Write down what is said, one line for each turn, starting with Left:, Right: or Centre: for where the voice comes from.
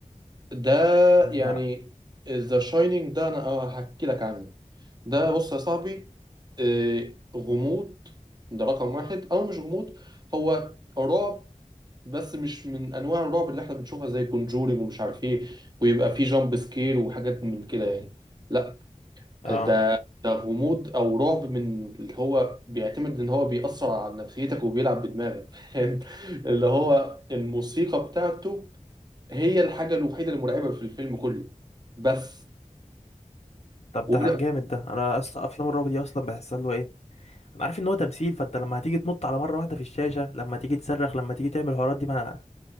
Right: ده
Left: لا
Right: يعني ذا شاينينج ده انا آه، هحكي لك عنه ده بص يا صاحبي آه، غموض ده رقم واحد او مش غموض هو رعب بس مش من انواع الرعب اللي احنا بنشوفها زي كونجورينج ومش عارف ايه ويبقى فيه جامب سكير وحاجات من كده يعني لا
Left: اه
Right: ده ده غموض او رعب من اللي هو بيعتمد ان هو بيأثر على نفسيتك وبيلعب بدماغك <laughs> فاهم اللي هو الموسيقى بتاعته هي الحاجة الوحيدة المرعبة في الفيلم كله بس
Left: طب
Right: ولا
Left: ده جامد ده انا اصلا افلام الرعب دي اصلا بحسها اللي هو ايه انا عارف ان هو تمثيل فانت لما هتيجي تنط على مره واحده في الشاشه لما تيجي تصرخ لما تيجي تعمل الحوارات دي ما,